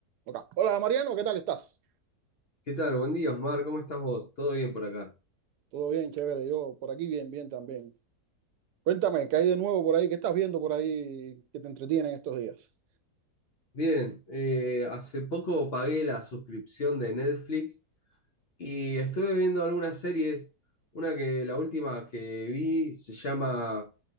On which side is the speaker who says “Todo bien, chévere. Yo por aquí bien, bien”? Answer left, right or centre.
Right